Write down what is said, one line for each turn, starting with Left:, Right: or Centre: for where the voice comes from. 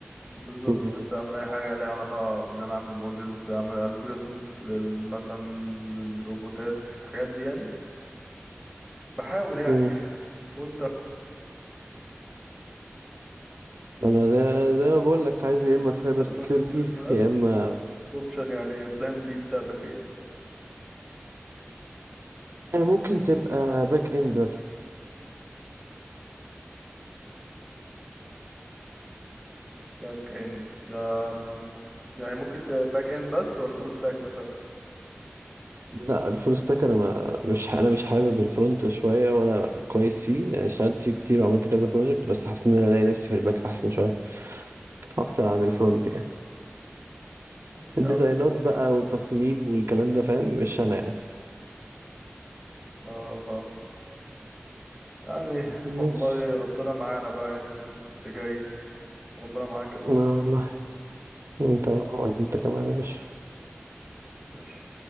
Centre: بالظبط
Right: مم.
Centre: نفسي اعمل اي حاجه ليها علاقه بان انا اعمل مودلز اعمل الجوريزمز لل مثلا للروبوتات الحاجات دي يعني بحاول يعني
Right: مم.
Centre: <laughs> وانت
Right: انا زي, زي ما بقول لك عايز يا اما سايبر
Centre: سايبر
Right: سيكيورتي
Centre: سيكيورتي بس
Right: يا اما
Centre: اوبشن يعني بلان بي بتاعتك ايه
Right: ممكن تبقى باك اند بس
Centre: باك اند ده م- يعني ممكن باك اند بس ولا فول ستاك مثلا
Right: لا الفول ستاك انا ما مش انا مش حابب الفرونت شويه ولا كويس فيه يعني اشتغلت فيه كتير وعملت كذا بروجكت بس حاسس ان انا الاقي نفسي في الباك احسن شويه اكتر عن الفرونت يعني
Centre: طيب يا
Right: الديزاينات
Centre: عم
Right: بقى والتصميم والكلام ده فاهم مش انا يعني
Centre: اه فاهم يعني
Right: بس
Centre: والله ربنا معانا بقى يعني في ال- في اللي جاي ربنا معاك يا زوز
Right: لا والله انت بقى وانت كمان يا باشا
Centre: مبقاش